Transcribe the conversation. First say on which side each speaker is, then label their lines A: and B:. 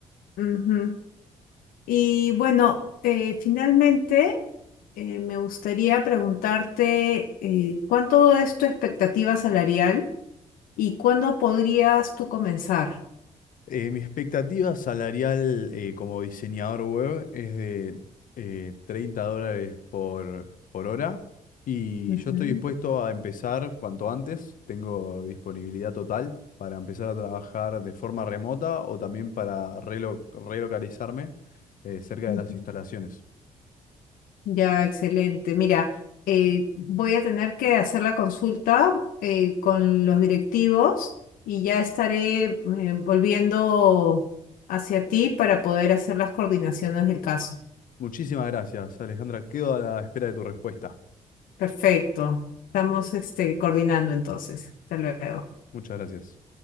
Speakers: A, on the left; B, on the left.
A: Ujú. Y bueno, eh, finalmente eh, me gustaría preguntarte eh, ¿cuánto es tu expectativa salarial y cuándo podrías tú comenzar?
B: Eh, mi expectativa salarial eh, como diseñador web es de eh, 30 dólares por, por hora y
A: Ujú,
B: yo estoy dispuesto a empezar cuanto antes. Tengo disponibilidad total para empezar a trabajar de forma remota o también para relo- relocalizarme eh, cerca
A: ujú.
B: de las instalaciones.
A: Ya, excelente. Mira, eh, voy a tener que hacer la consulta eh, con los directivos y ya estaré eh, volviendo hacia ti para poder hacer las coordinaciones del caso.
B: Muchísimas gracias, Alejandra. Quedo a la espera de tu respuesta.
A: Perfecto. Estamos este, coordinando entonces. Hasta luego.
B: Muchas gracias.